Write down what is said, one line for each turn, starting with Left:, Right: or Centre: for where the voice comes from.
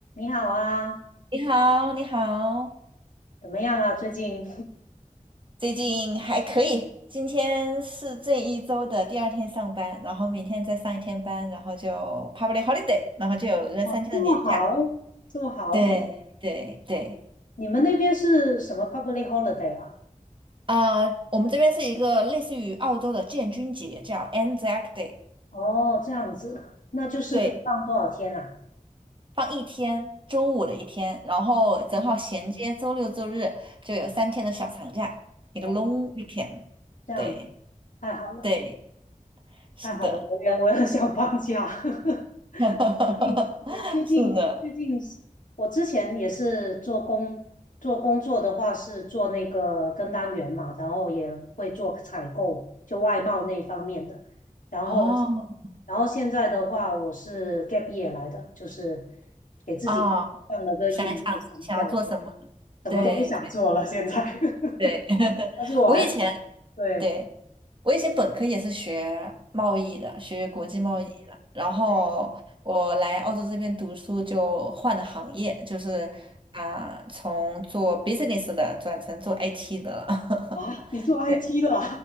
Left: 你好啊，
Right: 你好，你好，
Left: 怎么样啊？最近
Right: 最近还可以。今天是这一周的第二天上班，然后明天再上一天班，然后就 public holiday，然后就有一个三天的年假。
Left: <laughs> 哦，这么好，这么好。
Right: 对对对，
Left: 你们那边是什么 public holiday 啊？
Right: 啊、我们这边是一个类似于澳洲的建军节，叫 Anzac Day，
Left: 哦，这样子，那就是可以放多少天啊？
Right: 对，放一天，周五的一天，然后正好衔接周六周日就有三天的小长假，
Left: 嗯，哦，
Right: 一个 long weekend。
Left: 这样子，
Right: 对
Left: 太好了，
Right: 对，是的。
Left: 太好了，我也我也想放假。<laughs>
Right: <laughs> 哈哈哈哈是的，
Left: 近我最近最近我之前也是做工做工作的话是做那个跟单员嘛，然后也会做采购，就外贸那方面的。然后
Right: 哦
Left: 然后现在的话，我是 gap year 来的，就是给自己放了个一年的长假，
Right: 哦，想一想自己想要做什么，
Left: 什么都不想做了现在。
Right: 对对
Left: <laughs>
Right: 对，<laughs>
Left: 但是我还是
Right: 我以前
Left: 对，
Right: 对我以前本科也是学贸易的，学国际贸易的，
Left: 嗯
Right: 然后我来澳洲这边读书就换了行业，
Left: 对
Right: 就是啊、从做 business 的转成做 IT 的了，
Left: 啊，
Right: <laughs>
Left: 你做 IT
Right: 对。
Left: 了，